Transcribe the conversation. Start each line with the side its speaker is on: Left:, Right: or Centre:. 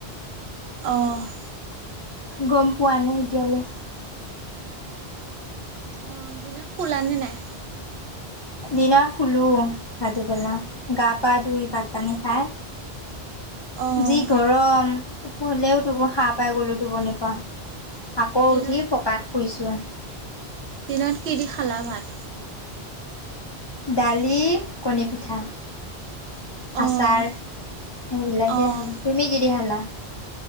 Right: অ'।
Left: গম পোৱা নাই এতিয়ালৈ।
Right: অ, দিনত শুলা নে নাই?
Left: দিনত শুলো ভাটিবেলা গা পা ধুই ভাত পানী খাই
Right: অ',
Left: যি গৰম। হলেওটো সাৰ পাই গ'লো, টোনিৰ পৰা আকৌ
Right: দিনত
Left: উঠি পকাত শুইছো। ছুৱাহ।
Right: দিনত কি দি খালা ভাত?
Left: দালি, কণী পিঠা। আচাৰ
Right: অ',
Left: সেইবিলাকে
Right: অ',
Left: খালো। তুমি কি দি খালা?